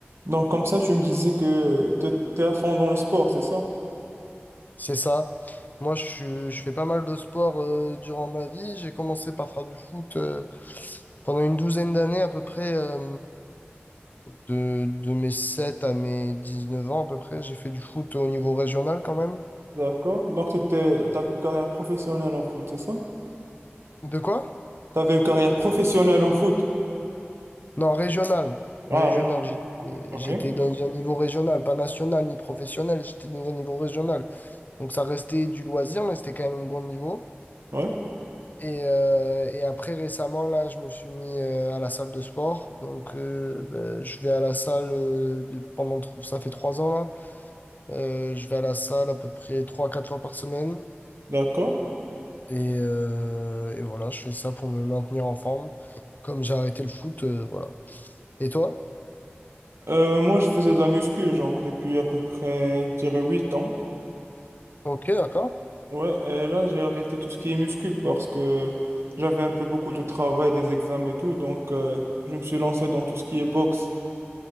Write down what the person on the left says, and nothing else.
C'est ça. Moi, je, suis- je fais pas mal de sport euh, durant ma vie. J'ai commencé par faire du foot euh, pendant une douzaine d'années à peu près, euh, de, de mes 7 à mes 19 ans à peu près. J'ai fait du foot au niveau régional quand même.
De quoi?
Non, régional. Régional.
J'ai-
J'étais dans un niveau régional, pas national ni professionnel. J'étais dans un niveau régional. Donc ça restait du loisir, mais c'était quand même un bon niveau.
Et, euh, et après, récemment, là, je me suis mis euh, à la salle de sport. Donc, euh, ben, je vais à la salle euh, de- pendant, tr- ça fait trois ans, là. Euh, je vais à la salle à peu près trois, quatre fois par semaine.
Et, euh, et voilà, je fais ça pour me maintenir en forme. Comme j'ai arrêté le foot, euh, voilà. Et toi?
Ok, d'accord.